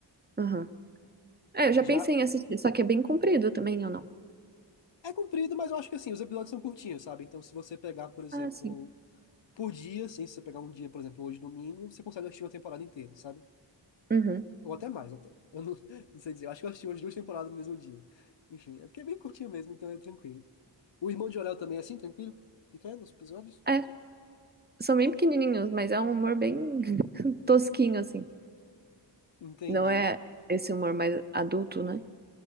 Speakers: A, on the right; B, on the left.
A: Aham. É, eu já
B: Já
A: pensei em assistir, só que é bem comprido também, ou não?
B: É comprido, mas eu acho que assim, os episódios são curtinhos, sabe? Então, se você pegar, por exemplo,
A: Ah, sim.
B: por dia, assim, se você pegar um dia, por exemplo, hoje domingo, você consegue assistir uma temporada inteira, sabe?
A: Uhum.
B: Ou até mais, até. Eu não, <laughs> não sei dizer, eu acho que eu assisti umas duas temporadas no mesmo dia. Enfim, é porque é bem curtinho mesmo, então é tranquilo. O Irmão de Orel também é assim, tranquilo? Pequenos episódios?
A: É, são bem pequenininhos, mas é um humor bem <laughs> tosquinho, assim.
B: Entendi.
A: Não é esse humor mais adulto, né?